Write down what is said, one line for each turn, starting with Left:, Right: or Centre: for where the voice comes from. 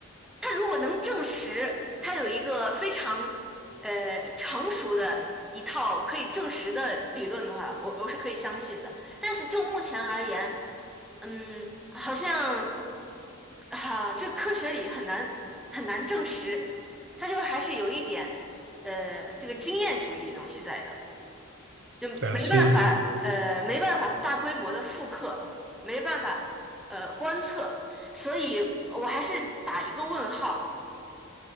Centre: 他如果能证实他有一个非常呃成熟的一套可以证实的理论的话，我我是可以相信的。但是就目前而言，嗯，好像啊，这科学里很难很难证实，他就还是有一点呃这个经验主义的东西在的。就没办法，
Right: 对啊，所以
Centre: 呃，没办法大规模的复刻，没办法，呃，观测，所以我还是打一个问号，